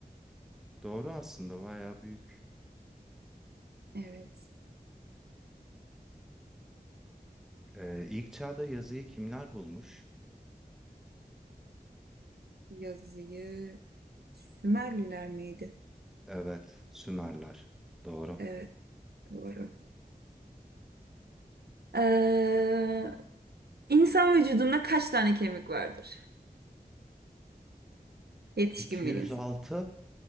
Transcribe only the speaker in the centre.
Doğru aslında bayağı büyük.
Ee, ilk çağda yazıyı kimler bulmuş?
Evet, Sümerler. Doğru.
206.